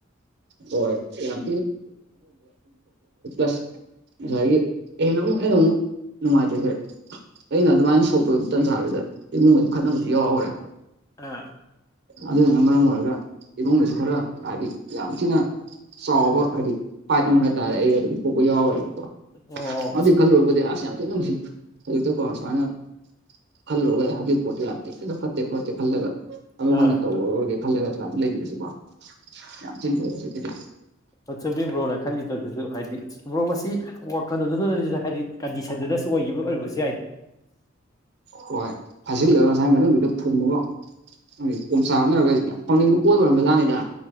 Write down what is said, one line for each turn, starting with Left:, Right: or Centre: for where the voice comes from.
Right: ꯍꯣꯏ ꯌꯥꯝ <unintelligible> ꯉꯁꯥꯏꯒꯤ ꯍꯦꯟꯅ ꯑꯃꯨꯛ ꯑꯩꯅ ꯑꯃꯨꯛ ꯅꯨꯡꯉꯥꯏꯇ꯭ꯔꯤꯁꯦ ꯑꯩꯅ ꯑꯗꯨꯃꯥꯏꯅ ꯁꯣꯛ ꯇꯧꯔꯤꯕ ꯇꯟꯖꯥꯗꯨꯗ ꯏꯃꯨꯡꯗ ꯈꯠꯅꯕꯁꯨ ꯌꯥꯎꯈ꯭ꯔꯦꯕ
Left: ꯑꯥ
Right: ꯑꯗꯨꯅ ꯃꯔꯝ ꯑꯣꯏꯔꯒ ꯏꯃꯨꯡꯗꯁꯨ ꯈꯔ ꯍꯥꯏꯗꯤ ꯌꯥꯝ ꯊꯤꯅ ꯆꯥꯎꯕ ꯍꯥꯏꯗꯤ ꯐꯥꯏꯠ ꯑꯃꯒꯥ ꯇꯥꯔꯦ ꯑꯩ ꯑꯗꯨꯝ ꯄꯣꯛꯄ ꯌꯥꯎꯔꯅꯤꯀꯣ
Left: ꯑꯣ
Right: ꯑꯗꯨꯏ ꯈꯜꯂꯕꯨꯗꯤ ꯑꯁ ꯌꯥꯝ ꯊꯤꯅ ꯅꯨꯡꯁꯤ ꯍꯧꯖꯤꯛꯇꯀꯣ ꯁꯨꯃꯥꯏꯅ ꯈꯜꯂꯨꯔꯒ ꯑꯗꯨꯏ ꯄꯣꯠꯇꯣ ꯌꯥꯝ ꯊꯤꯅ ꯐꯠꯇꯦ ꯈꯣꯠꯇꯦ ꯈꯜꯂꯒ ꯑꯃꯨꯛ
Left: ꯑꯥ
Right: ꯍꯟꯅ ꯇꯧꯔꯔꯣꯏꯒꯦ ꯈꯜꯂꯦꯒ ꯑꯁꯨꯃꯥꯏ ꯂꯩꯈꯤꯕꯁꯤꯀꯣ ꯌꯥꯝ ꯊꯤꯅ ꯐꯩ ꯍꯧꯖꯤꯛꯀꯤꯗꯤ
Left: ꯍꯣꯠ ꯆꯨꯝꯃꯤ ꯕ꯭ꯔꯣꯅ ꯈꯜꯂꯤꯗꯨꯁꯨ ꯍꯥꯏꯗꯤ ꯕ꯭ꯔꯣ ꯃꯁꯤ <unintelligible> ꯍꯥꯏꯗꯤ ꯀꯟꯗꯤꯁꯟꯗꯨꯅꯁꯨ ꯑꯣꯏꯈꯤꯕ ꯑꯣꯏ
Right: ꯍꯣꯏ ꯐꯥꯖꯤꯜꯂꯒ ꯉꯁꯥꯏ ꯃꯅꯨꯡꯗꯨꯗ ꯐꯨꯝꯃꯒ ꯑꯗꯨ ꯀꯣꯝꯆꯥ ꯍꯥꯞꯅꯔꯒꯗꯤ ꯍꯧꯥꯎꯅꯤꯡꯕ ꯄꯣꯠ ꯑꯣꯏꯔꯝꯕꯖꯥꯠꯅꯤꯗ꯫